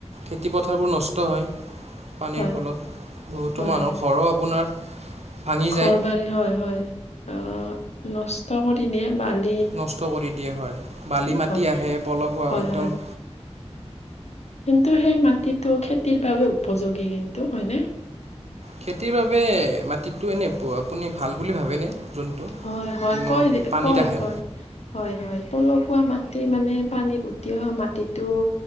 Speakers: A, on the right; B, on the left.
A: খেতি পথাৰবোৰ নষ্ট হয়। পানীৰ
B: হয়,
A: ফলত বহুতো
B: হয়,
A: মানুহ ঘৰো আপোনাৰ ভাঙি
B: ঘৰ
A: যায়
B: বাৰী হয় হয় অ নষ্ট কৰি দিয়ে বান
A: নষ্ট কৰি দিয়ো হয় বালি মাটি
B: হয়,
A: আহে পলস
B: হয়,
A: একদম।
B: হয়। কিন্তু সেই মাটিটো খেতিৰ বাবে উপযোগী কিন্তু হয়নে?
A: খেতিৰ বাবে মাটিতটো এনে আপুনি ভাল বুলি ভাবেনে? যোনটো
B: হয় হয়
A: ন
B: কয়
A: পানীত আহে
B: কয় হয় হয়। পলসুৱা মাটি মানে পানীত উটি অহা মাটিতটো